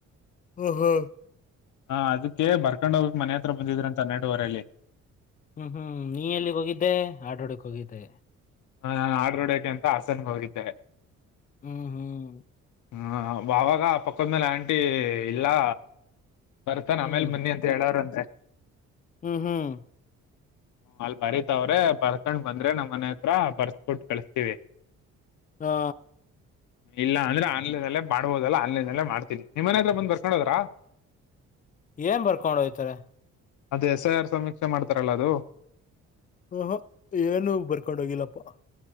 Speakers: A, on the left; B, on the left.
A: ಓಹೋ
B: ಹಾ ಅದಕ್ಕೆ ಬರ್ಕೊಂಡ್ ಹೋಗಕ್ ಮನೆ ಹತ್ರ ಬಂದಿದ್ರ ಅಂತೆ ಹನ್ನೆರಡುವರೆಲ್ಲಿ
A: ಹ್ಮ್ ಹ್ಮ್ ನೀ ಎಲ್ಲಿಗ ಹೋಗಿದ್ದೆ ಆಟೊ ಹೋಡಕ್ ಹೋಗಿದ್ದೆ
B: ಹಾ ಆರ್ಡರ್ ಹೊಡೆಕೆ ಅಂತಾ ಹಾಸನಗ್ ಹೋಗಿದ್ದೆ
A: ಹ್ಮ್ ಹ್ಮ್
B: ಹಾ ಬಾವಾಗ ಪಕ್ಕದ ಮನೆ ಆಂಟಿ ಇಲ್ಲಾ ಬರ್ತನ್
A: ಹ್ಮ್
B: ಆಮೇಲ್ ಬನ್ನಿ ಅಂತ ಹೇಳವ್ರ್ ಅಂತೆ
A: ಹ್ಮ್ ಹ್ಮ್
B: ಅಲ್ಲ ಬರೀತವ್ರೆ ಬರ್ಕೊಂಡ್ ಬಂದ್ರೆ ನಮ್ಮ್ ಮನೆ ಹ ತ್ರ ಬರ್ಸ್ಬಿಟ್ಟ ಕಳಸ್ತೀವಿ
A: ಹಾ
B: ಇಲ್ಲಾ ಅಂದ್ರೆ ಆನ್ಲೈನಲ್ಲೆ ಮಾಡ್ಬೋದಲ್ಲ ಆನಲೈನಲ್ಲೇ ಮಾಡ್ತನಿ ನಿಮ್ಮನೆ ಹತ್ರ ಬಂದ ಬರ್ಕೊಂಡ ಹೋದ್ರಾ
A: ಏನ್ ಬರ್ಕೊಂಡ ಹೋಯ್ತಾರೆ
B: ಅದು ಎಸಐಆರ್ ಸಮೀಕ್ಷೆ ಮಾಡ್ತಾರಲ್ಲ ಅದು
A: ಹಹ ಏನು ಬರ್ಕೊಂಡ ಹೋಗಿಲ್ಲಪ್ಪ